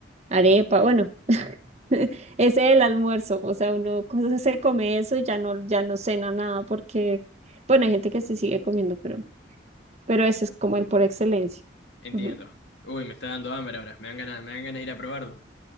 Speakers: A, on the right; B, on the left.
A: arepa, bueno. <laughs> Ese es el almuerzo, o sea, uno co- se come eso y ya no, ya no cena nada porque, bueno, hay gente que sí sigue comiendo, pero pero ese es como el por excelencia.
B: Entiendo.
A: Ujú.
B: Uy, me está dando hambre ahora. Me dan ganas, me dan ganas de ir a probarlo.